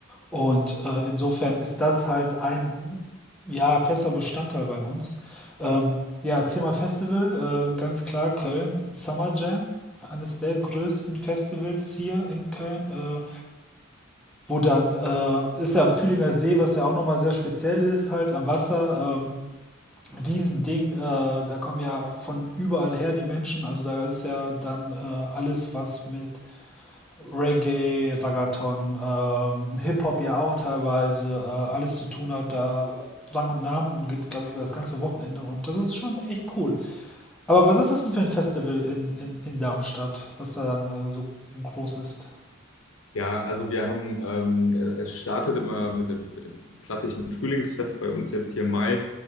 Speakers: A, in the centre; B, on the left.
A: und äh, insofern ist das halt ein ja, fester Bestandteil bei uns. Ähm, ja, Thema Festival, äh, ganz klar Köln, Summer Jam, eines der größten Festivals hier in Köln. Äh, wo dann äh, ist ja am Fühlinger See, was ja auch nochmal sehr speziell ist, halt am Wasser, ähm, ein Riesending, äh, da kommen ja von überall her die Menschen, also da ist ja dann äh, alles, was mit Reggae, Raggaeton, ähm, Hip-Hop ja auch teilweise, äh, alles zu tun hat, da Rang und Namen und geht, glaube ich, über das ganze Wochenende und das ist schon echt cool. Aber was ist das denn für ein Festival in, in, in Darmstadt, was da dann äh, so groß ist?
B: Ja, also wir haben, ähm, äh, es startet immer mit dem, mit dem klassischen Frühlingsfest bei uns jetzt hier im Mai.